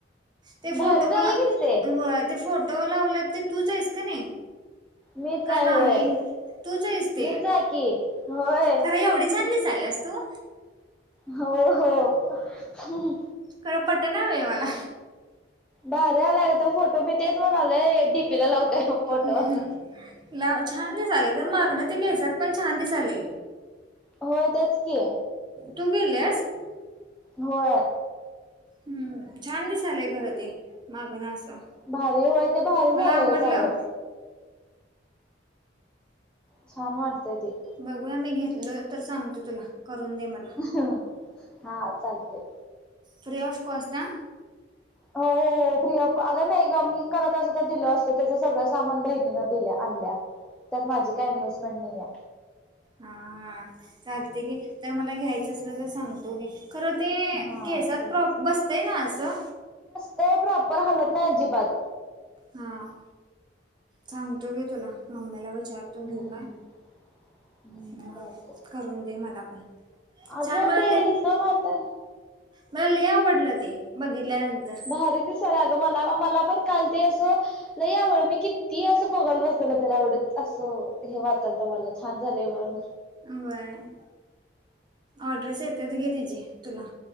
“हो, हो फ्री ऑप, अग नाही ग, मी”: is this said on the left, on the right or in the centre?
Centre